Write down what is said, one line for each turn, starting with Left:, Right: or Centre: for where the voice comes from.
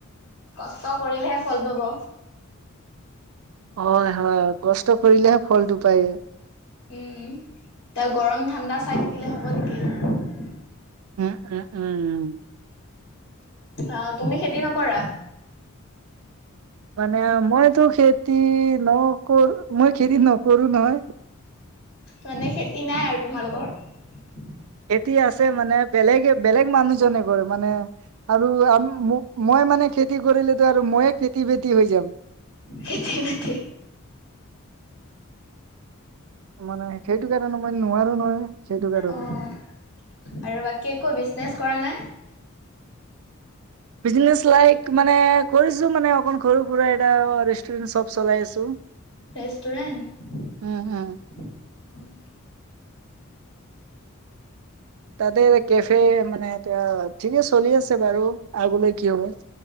Left: কষ্ট কৰিলেহে ফল পাব
Right: হয় হয় কষ্ট কৰিলেহে ফলটো পায়
Left: উম তাৰ গৰম ঠাণ্ডা চাই থাকিলে হ'ব নেকি
Right: উম উম উম উ
Left: অ তুমি খেতি নকৰা
Right: মানে মইতো খেতি নকৰো মই খেতি নকৰো নহয়
Left: মানে খেতি নাই আৰু তোমালোকৰ
Right: এতিয়া আছে মানে, বেলেগে-বেলেগ মানুহজনে ঘৰ মানে আৰু আ-ম-মো-মই মই মানে খেতি কৰিলেতো আৰু মইয়ে খেতি-বেতি হৈ যাম।
Left: খেতি-বেতি
Right: মানে সেইটো কাৰণে মই নোৱাৰো নহয়। সেইটো কাৰণে
Left: অ', আৰু বাকী একো বিজনেচ কৰা নাই?
Right: বিজনেছ লাইক মানে কৰিছো মানে অকন সৰু-সুৰা এটা ৰেষ্টুৰেণ্ট চব চলাই আছো।
Left: ৰেষ্টুৰেণ্ট,
Right: উম, উম।
Left: উম।
Right: তাতে এটা কেফে মানে এতিয়া ঠিকে চলি আছে বাৰু আগলৈ কি হ'ব।